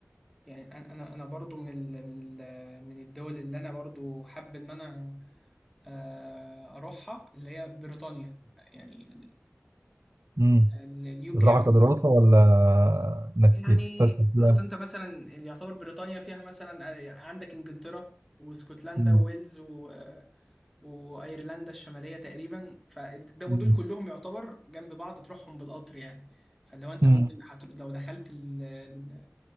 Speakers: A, in the centre; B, on the right.
A: يعني انا انا أنا برضو من ال من ال من الدول اللي انا برضو حابب ان انا آه، اروحها اللي هي بريطانيا يعني
B: مم.
A: اليو
B: تروحها
A: كي عموما
B: كدراسة ولا إنك
A: يعني
B: تتفسح فيها؟
A: اصل انت مثلا اللي يعتبر بريطانيا فيها مثلا آه، عندك انجلترا واسكتلندا
B: مم.
A: وويلز و... وايرلندا الشماليه تقريبا فده ودول
B: مم.
A: كلهم يعتبر جنب بعض تروحهم بالقطر يعني فلو انت
B: مم.
A: ممكن هت... لو دخلت ال- ال-